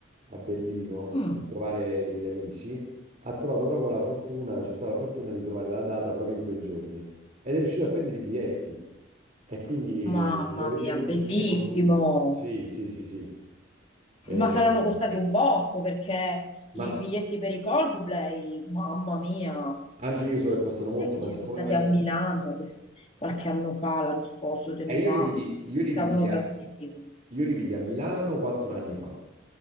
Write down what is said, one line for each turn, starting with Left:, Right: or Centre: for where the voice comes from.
Right: a Berlino,
Left: Mm.
Right: a trovare degli amici, ha trovato proprio la fortuna, c'è stata la fortuna di trovare la data proprio in quei giorni ed è riuscito a prendere i biglietti e quindi
Left: Mamma
Right: lo vedremo,
Left: mia, bellissimo!
Right: li vedremo lì. Sì, sì, sì, sì. Eh,
Left: Ma saranno costati un botto perché
Right: ma
Left: i biglietti per i Coldplay, mamma mia, non
Right: anche io so che costano molto,
Left: è che
Right: ma
Left: ci
Right: siccome
Left: sono stati
Right: me la...
Left: a Milano quest- qualche anno fa, l'anno scorso, due anni
Right: E io
Left: fa,
Right: li vidi,
Left: e
Right: io
Left: costavano
Right: li vidi a,
Left: tantissimo.
Right: io li vidi a Milano quattro anni fa.